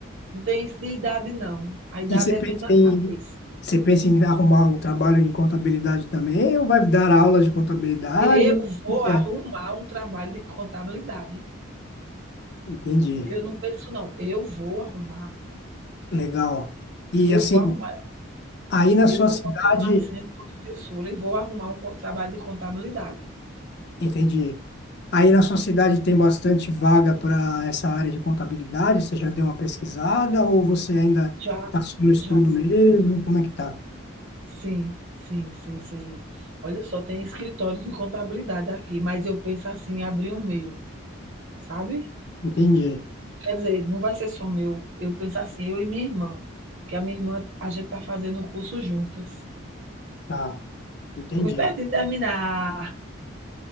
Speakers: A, on the right; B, on the left.
A: Não tem isso de idade, não. A idade
B: E você pensa
A: é tudo na
B: em,
A: cabeça.
B: você pensa em arrumar um trabalho em contabilidade também, ou vai dar aula de contabilidade?
A: Eu
B: Ou
A: vou
B: o que
A: arrumar
B: é?
A: um trabalho de contabilidade.
B: Entendi.
A: Eu não penso não, eu vou arrumar,
B: Legal. E
A: eu
B: assim,
A: vou arrumar,
B: aí na
A: eu
B: sua
A: vou
B: cidade,
A: continuar sendo professora e vou arrumar um co trabalho de contabilidade.
B: entendi. Aí na sua cidade tem bastante vaga para essa área de contabilidade? Você já deu uma pesquisada ou você ainda
A: Já,
B: está só no estudo
A: já sim.
B: mesmo? Como é que tá?
A: Sim, sim, sim, sim. Olha só, tem escritórios de contabilidade aqui, mas eu penso assim em abrir um meu, sabe?
B: Entendi.
A: Quer dizer, não vai ser só meu, eu penso assim, eu e minha irmã, que a minha irmã a gente está fazendo o curso juntas.
B: Tá. Entendi.
A: Estou bem perto de terminar,